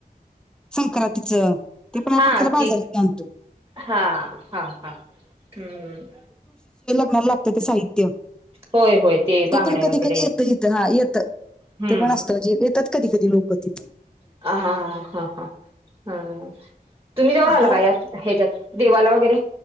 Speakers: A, in the centre; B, on the right.
A: संक्रांतीचं ते पण आपण
B: हा..
A: खरं बाजारात
B: ती
A: आणतो
B: हा.. हा.. हा.. हम्म
A: मला लागत ते साहित्य
B: होय होय
A: ते
B: बांगड्या
A: पण कधी
B: वगैरे
A: कधी येत हित हा.. येत.
B: हम्म
A: ते पण असतं जे येतात कधी- कधी लोक तिथ
B: हा... हा.. हा.. हा.. हा तुम्ही जाऊन आला
A: आता
B: का यात? ह्याच्यायात देवाला वगैरे